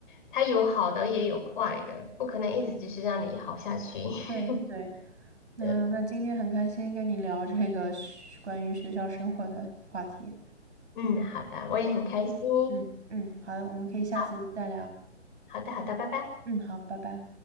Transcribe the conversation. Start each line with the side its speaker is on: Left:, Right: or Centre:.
Left: 它有好的也有坏的，不可能一直就是让你好下去。<laughs>
Right: 对对。那那今天很开心跟你聊这个学关于学校生活的话题。
Left: 是嗯，好的，我也很开心。
Right: 嗯嗯，好的，我们可以下次再聊。
Left: 好，好的，好的，拜拜。
Right: 嗯，好，拜拜。